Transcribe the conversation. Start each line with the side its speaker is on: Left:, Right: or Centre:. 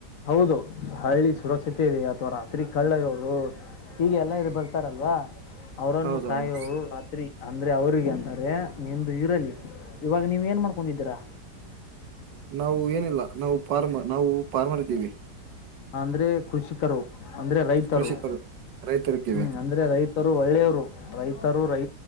Left: ಹೌದು ಹಳ್ಳಿ ಸುರಕ್ಷತೆ ಇದೆ ಅಥವಾ ರಾತ್ರಿ ಕಳ್ಳಗವ್ರು ಹೀಗೆ ಎಲ್ಲ ಇರು ಬರ್ತಾರಲ್ವಾ ಅವರನ್ನು
Right: ಹೌದೌದು
Left: ಕಾಯುವು ದ್ರಿ ಅಂದ್ರೆ ಅವ್ರಿಗೆ ಅಂತಾರೆ ನಿಂದು ಇರಲಿ ಇವಾಗ ನೀವ್ ಏನ್ ಮಾಡ್ಕೊಂಡಿದ್ದೀರಾ
Right: ನಾವು ಏನಿಲ್ಲ ನಾವು ಫಾರ್ಮ ನಾವು ಫಾರ್ಮರ್ ಇದ್ದೀವಿ
Left: ಅಂದ್ರೆ ಕೃಷಿಕರು ಅಂದ್ರೆ ರೈತರು
Right: ಕೃಷಿಕರು ರೈತರಿದ್ದೇವೆ
Left: ಹ್ಮ್ ಅಂದ್ರೆ ರೈತ್ ತರು ಒಳ್ಳೆಯವರು ರೈತರು ರೈ